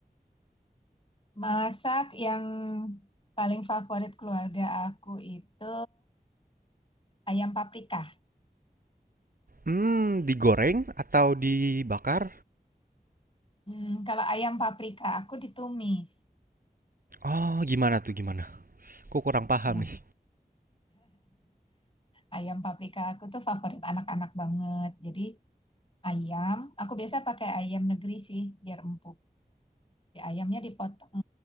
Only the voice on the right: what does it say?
Mmm, digoreng atau dibakar?
Oh, gimana tuh gimana? Aku kurang paham
nih.